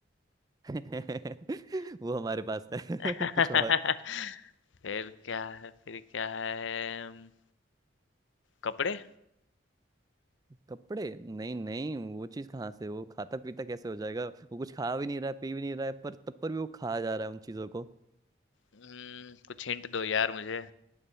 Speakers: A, on the right; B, on the left.
A: <laughs> वो हमारे पास है
B: <laughs>
A: <laughs> कुछ और
B: फिर क्या है फिर क्या है अम, कपड़े
A: कपड़े नहीं नहीं वो चीज कहाँ से वो खाता पीता कैसे हो जाएगा वो कुछ खा भी नहीं रहा है पी भी नहीं रहा है पर तब पर भी वो खा जा रहा है उन चीजों को
B: हम्म, कुछ हिंट दो यार मुझे